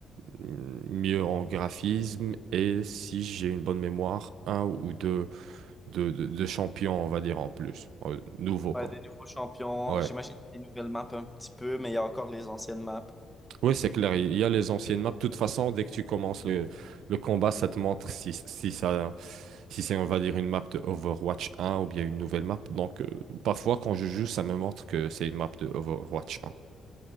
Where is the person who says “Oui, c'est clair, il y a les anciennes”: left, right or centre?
Right